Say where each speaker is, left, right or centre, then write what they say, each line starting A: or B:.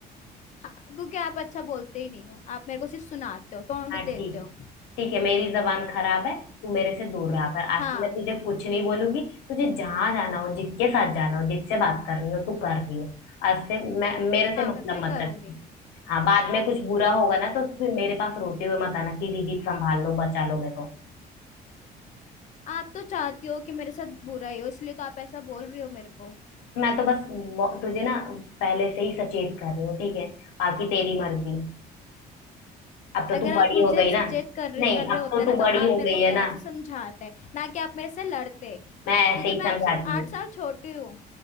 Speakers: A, on the left; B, on the left.
A: हाँ, क्योंकि आप अच्छा बोलते ही नहीं हो आप मेरे को सिर्फ सुनाते हो टोंट
B: हाँ
A: देते
B: ठीक
A: हो
B: ठीक है मेरी जबान खराब है तू मेरे से दूर रहा कर आज
A: हाँ
B: से मैं तुझे कुछ नहीं बोलूंगी तुझे जहां जाना हो जिसके साथ जाना हो जिससे बात करनी हो तू कर रही हो आज से मैं मेरे से
A: हाँ
B: मतलब
A: मैं, मैं
B: मत
A: करूंगी
B: रखी हाँ बाद में कुछ बुरा होगा ना तो फिर मेरे पास रोते हुए मत आना कि दीदी संभाल लो बचा लो मेरे को
A: आप तो चाहती हो कि मेरे साथ बुरा ही हो इसलिए तो आप ऐसा बोल रही हो मेरे को
B: मैं तो बस वो- तुझे ना पहले से ही सचेत कर रही हूँ ठीक है बाकी तेरी मर्जी अब तो
A: अगर
B: तू
A: आप
B: बड़ी
A: मुझे
B: हो गई ना
A: सचेत कर
B: नहीं
A: कर रहे
B: अब
A: होते
B: तो तू
A: ना तो
B: बड़ी
A: आप
B: हो
A: मेरे
B: गई
A: को प्यार
B: है ना
A: से समझाते ना कि आप मेरे से लड़ते
B: मैं ऐसे
A: क्योंकि
B: ही
A: मैं
B: समझाती
A: आपसे
B: हूँ
A: आठ साल छोटी हूँ